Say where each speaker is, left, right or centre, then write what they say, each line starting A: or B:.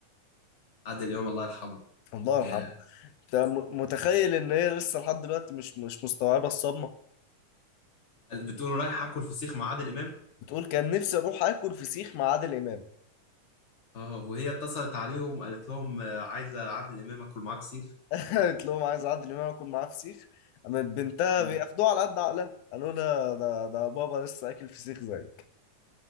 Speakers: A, on the left; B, on the left.
A: عادل امام الله يرحمه
B: الله يرحمه
A: يا
B: انت م- متخيل ان هي لسه لحد دلوقتي مش مش مستوعبه الصدمه
A: بتقول رايح اكل فسيخ مع عادل امام
B: بتقول كان نفسي اروح اكل فسيخ مع عادل امام
A: اه وهي اتصلت عليهم قالت لهم آه، عايزه عادل امام اكل معاه فسيخ
B: <laughs> قالت لهم عايز عادل امام اكل معاه فسيخ قامت بنتها
A: مم.
B: بياخدوها على قد عقلها قالوا لها ده ده بابا لسه اكل فسيخ زيك